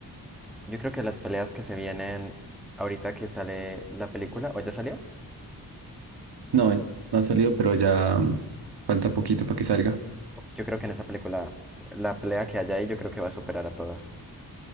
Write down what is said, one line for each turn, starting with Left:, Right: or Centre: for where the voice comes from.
Centre: yo creo que las peleas que se vienen ahorita que sale la película, o ya salió,
Right: no, no ha salido, pero ya mm, falta poquito para que salga.
Centre: uf, yo creo que en esa película, la pelea que haya ahí, yo creo que va a superar a todas.